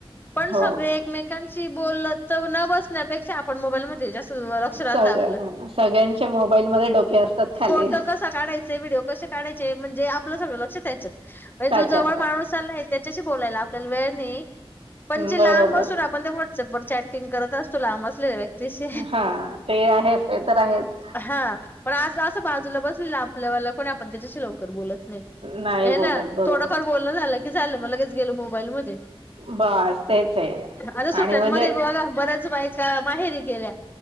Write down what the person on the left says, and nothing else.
पण
सगळे एकमेका कां बोल तर न बसण्यापेक्षा आपण मोबाईलमध्ये जास्त लक्ष राहत
आपलं
फोटो कसा काढायचे, व्हिडिओ कसे काढायचे, म्हणजे आपलं सगळं लक्ष त्याच्यात
जो जवळ माणूस आलाय त्याच्याशी बोलायला आपल्याला वेळ नाही. पण जे
लांब असून आपण ते व्हॉट्सअपवर चॅटिंग करत असतो. तू लांब असलेल्या व्यक्तीशी
हा पण असं असं बाजूला बसलेलं आपल्यावाला कोणी आपण त्याच्याशी लवकर बोलत नाही.
हे ना
थोडंफार बोलण झालं कि झालं म लगेच गेलो मोबाईल मध्ये
आता सुट्यांमध्ये
बघा बऱ्याच बायका माहेरी गेल्या.